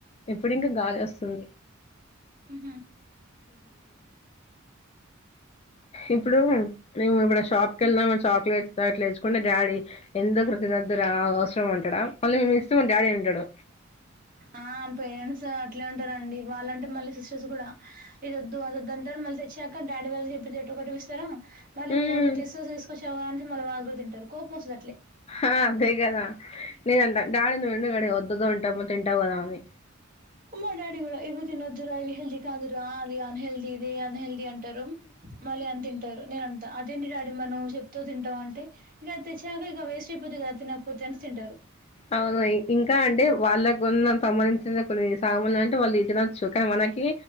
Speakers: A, on the left; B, on the right.
A: ఇప్పుడు ఇంకా గాలి వస్తుంది
B: మ్మ్ హూ
A: ఇప్పుడు మేము ఇప్పుడు షాప్ కి వెళ్ళానా ఏమన్నా చాక్లెట్స్ అట్లా తెచ్చుకున్నా డాడీ ఎందుకురా తినొదురా అవసరం మళ్ళా మేం తెస్తే మా డాడీ తింటడు
B: ఆ పేరెంట్స్ అట్లే ఉంటారండి వాళ్ళంటే మళ్ళీ సిస్టర్స్ కూడా ఇది ఒద్దు అదొద్దంటారు మళ్ళీ తెచ్చాక డాడీ వాళ్ళు చెప్పితే ఎట ఒకటిపిస్తారా మళ్ళీ
A: హ్మ్
B: పోన్లే తెస్తే తీసుకొచ్చావా అంటే మళ్ళ వాళ్ళ కూడా తింటారు కోపమొస్తది
A: ఆ అదే కదా నేనంట డాడీ నువెందుకు డాడీ వద్దు వద్దు అంటావ్ తింటావు కదా అని
B: మా డాడీ కూడా ఇవి తినొద్దురా ఇది హెల్తీ కాదురా అది అన్ హెల్తీది ఇది అన్ హెల్తీ అం టారు మళ్ళీ అని తింటారు నేనంటా అదేంటి డాడీ మరి నువ్వు చె చెప్తూ తింటావ్ అంటే ఇగ తెచ్చినాక ఇగ వేస్ట్ అయిపోద్ది కదా తినకపోతే అనేసి తింటారు
A: అవుగోయి ఇంకా అంటే వాళ్ళ కొన్న సంబంధించిన కొన్ని సామన్లు అంటే వాళ్ళు తినొచ్చు కానీ మనకి